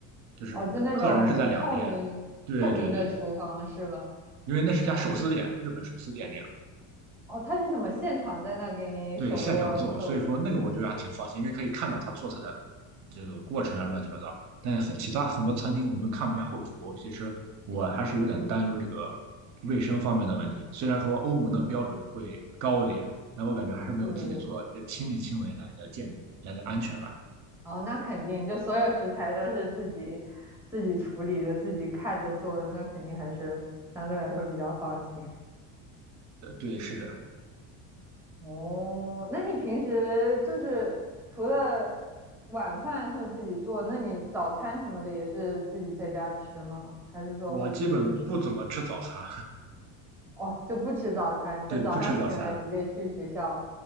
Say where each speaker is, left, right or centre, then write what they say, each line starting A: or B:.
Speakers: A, on the right; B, in the centre.
A: 就是客人是在两边。
B: 哦，就那种透明透明的厨房是吧？
A: 对对对，因为那是家寿司店，日本寿司店那样。
B: 哦，他是什么？现场在那给你手握寿司？
A: 对，现场做，所以说那个我觉得还挺放心，因为可以看到他做菜的这个过程啊，乱七八糟。但是其他很多餐厅我们都看不见后厨，其实我还是有点担忧这个卫生方面的问题。虽然说欧盟的标准会高一点，但我感觉还是没有自己做这亲力亲为来的健来的安全吧。
B: 对，哦，那肯定，就所有食材都是自己自己处理的，自己看着做的，那肯定还是相对来说比较放心。
A: 呃对，是的，
B: <laughs> 哦，那你平时就是除了晚饭会自己做，那你早餐什么的也是自己在家吃吗？还是说会出去吃？
A: 我基本不怎么吃早餐，
B: 哦，就不吃早餐，
A: 对，
B: 就早上醒来直接去学校。
A: 不吃早餐，